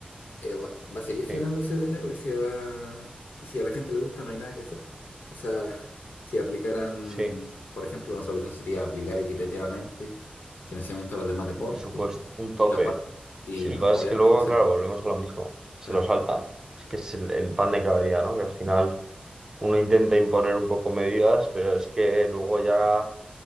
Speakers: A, on the left (about 80°); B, on the right (about 20°).
A: eh, va, va a seguir generando
B: Sí,
A: ese dinero y se va, y si a la gente le gusta no hay nada que hacer. O sea, <laughs> si aplicaran,
B: sí,
A: por ejemplo, una solución sería aplicar equitativamente financiamiento a los demás deportes
B: un presupuesto, un tope.
A: y, la par- y
B: Sí,
A: no-
B: lo que pasa
A: obviamente
B: es que luego,
A: no se
B: claro,
A: da.
B: volvemos a lo mismo, se
A: claro,
B: lo saltan. Es que es el, el pan de cada día, ¿no? Que al final uno intenta imponer un poco medidas, pero es que luego ya